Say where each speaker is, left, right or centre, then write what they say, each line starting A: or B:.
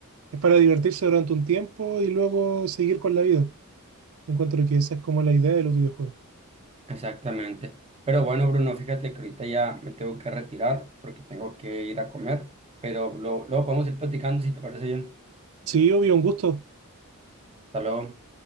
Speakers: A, on the right; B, on the right.
A: Es para divertirse durante un tiempo y luego seguir con la vida. Encuentro que esa es como la idea de los videojuegos.
B: Exactamente. Pero bueno, Bruno, fíjate que ahorita ya me tengo que retirar porque tengo que ir a comer, pero lo- luego podemos ir platicando si te parece bien.
A: Sí, obvio, un gusto.
B: Hasta luego.